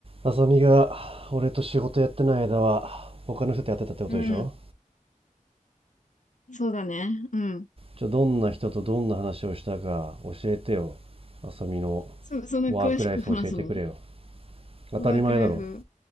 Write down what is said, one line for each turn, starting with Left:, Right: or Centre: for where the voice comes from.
Right: あさみが俺と仕事やってない間は他の人とやってたってことでしょ
Left: うん。そうだね。うん。
Right: じゃあどんな人とどんな話をしたか教えてよあさみの
Left: そ、そんな詳しく話すの
Right: ワークライフ教えてくれよ当たり前だろ
Left: ワークライフ。